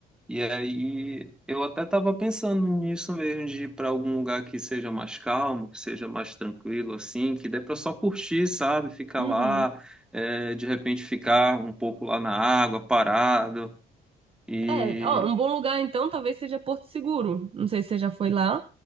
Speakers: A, in the centre; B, on the right.
A: E aí eu até estava pensando nisso mesmo, de ir para algum lugar que seja mais calmo, que seja mais tranquilo, assim, que dê para só curtir, sabe? Ficar
B: Uhum.
A: lá, é, de repente ficar um pouco lá na água, parado. E.
B: É, ó, um bom lugar então talvez seja Porto Seguro. Não sei se você já foi lá,